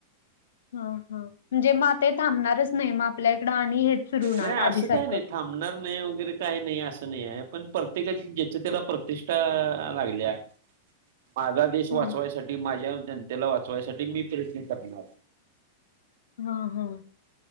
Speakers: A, on the left; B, on the right.
A: हा हा म्हणजे म ते थांबणारच नाही मग आपल्या इकडं आणि हेच सुरू होणार
B: नाही
A: आधी
B: असं
A: सारखं.
B: काही नाही थांबणार. नाही वगैरे काही नाही असं नाही आहे पण प्रत्येकाची ज्याच्या त्याला प्रतिष्ठा लागल्या. माझा देश
A: हम्म
B: वाचवायसाठी माझ्या जनतेला वाचवायसाठी मी प्रयत्न करणार.
A: हा हा